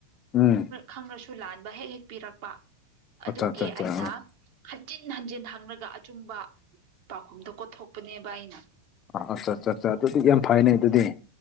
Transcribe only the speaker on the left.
ꯎꯝ
ꯑꯠꯆꯥ ꯑꯠꯆꯥ ꯑꯠꯆꯥ
ꯑꯥ
ꯑꯥ ꯑꯠꯆꯥ ꯑꯠꯆꯥ ꯑꯠꯆꯥ ꯑꯗꯨꯗꯤ ꯌꯥꯝ ꯐꯥꯏꯅꯦ ꯑꯗꯨꯗꯤ